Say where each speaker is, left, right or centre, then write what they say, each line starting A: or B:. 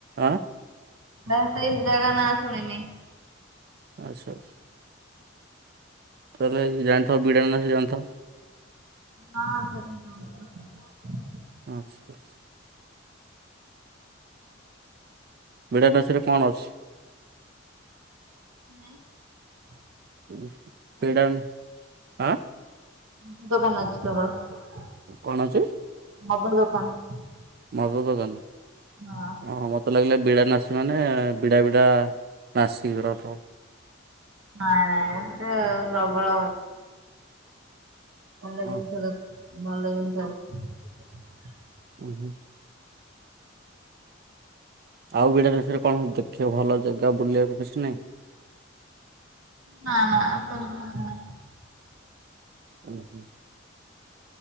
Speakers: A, on the right (about 50°); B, on the right (about 80°).
A: ଆଁ?
B: ଦା ସେଇ ଜା ନା ସୁଣିନି।
A: ଆଚ୍ଛା। ତାହେଲେ ଜାଣିଥିବ ବିଡ଼ାନାସି ଜାଣିଥିବ?
B: ହଁ <unintelligible>
A: ଆଚ୍ଛା ବିଡ଼ାନାସିରେ କଣ ଅଛି?
B: ନାଇଁ
A: ଉ ପିଡ଼ା ହେଉନି ଆ
B: ଆମ ଦୋକାନ ରେ ଅଛି କେବଳ
A: କଣ ଅଛି?
B: ମଦ ଦୋକାନ
A: ମଦ ଦୋକାନ
B: ହଁ।
A: ଓହୋ ମତେ ଲାଗିଲା ବିଡ଼ାନାସି ମାନେ ବିଡ଼ା ବିଡ଼ା ନାଶିକର ଥବ
B: ନାଇଁ ନାାଇଁ ଏତେ ପ୍ରବଳ ଭଲ
A: ଓହୋ।
B: ଜିନିଷ ଦେଖ ଭଲ ଜିନିଷ ଅଛି।
A: ହୁଁ ହୁ। ଆଉ ବିଡାନାସି ରେ କଣ ଦେଖିବା ଭଲ ଜାଗା ବୁଲିବାକୁ କିଛି ନାହିଁ?
B: ନାଁ ନାଁ ଆପଣ କହୁଛନ୍ତି।
A: ହୁ ହୁ।